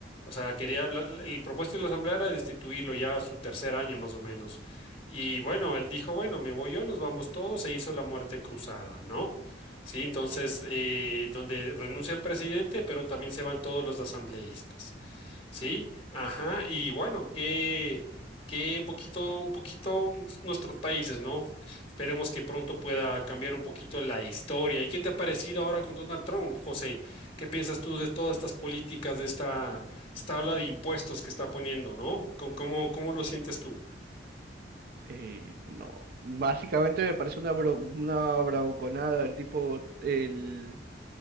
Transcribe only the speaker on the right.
Eh, no, básicamente me parece una, bro- una bravuconada, el tipo, el,